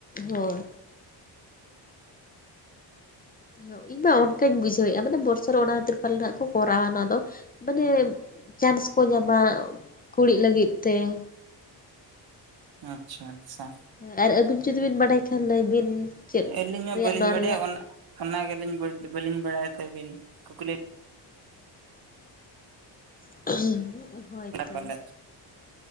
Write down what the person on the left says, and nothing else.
ᱦᱳᱭ᱾ ᱦᱳ ᱤᱧ ᱢᱟ ᱚᱱᱠᱟᱧ ᱵᱩᱡᱷᱟᱹᱣᱮᱜ-ᱟ ᱢᱟᱱᱮ ᱵᱚᱨᱥᱚ ᱨᱮ ᱚᱱᱟ ᱦᱟᱹᱛᱤᱨ ᱯᱟᱞᱮᱱ ᱦᱟᱸᱜ ᱠᱚ ᱠᱚᱨᱟᱣᱟ ᱚᱱᱟ ᱫᱚ ᱢᱟᱱᱮ ᱪᱟᱱᱥ ᱠᱚ ᱧᱟᱢᱟ ᱠᱩᱲᱤᱜ ᱞᱟᱹᱜᱤᱫ ᱛᱮ ᱾
ᱦᱮᱸ ᱟᱨ ᱟᱹᱵᱤᱱ ᱡᱩᱫᱤ ᱵᱤᱱ ᱵᱟᱰᱟᱭ ᱠᱷᱟᱱ ᱞᱟᱹᱭ ᱵᱤᱱ? ᱪᱮᱫ
ᱨᱮᱭᱟᱜ
ᱱᱚᱣᱟ
ᱨᱮᱭᱟᱜ
<unintelligible> ᱦᱚᱭ ᱛᱚ᱾